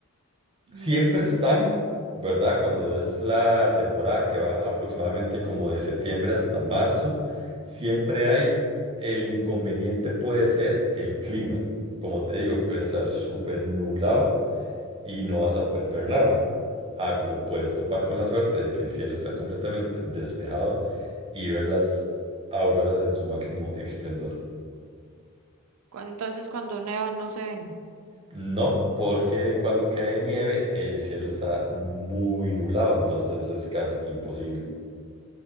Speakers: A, on the right (about 25°); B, on the right (about 70°).
A: siempre
B: Ujú.
A: están, ¿verdad? Cuando es la temporada que va aproximadamente como de septiembre hasta marzo, siempre hay el inconveniente puede ser el clima. Como te digo, puede estar súper nublado y no vas a poder ver nada. Ah, como puedes topar con la suerte de que el cielo está completamente despejado y ver las auroras en su máximo esplendor.
B: Cu- Entonces cuando nevan no se ven.
A: No, porque cuando cae nieve el cielo está muy nublado, entonces es casi que imposible.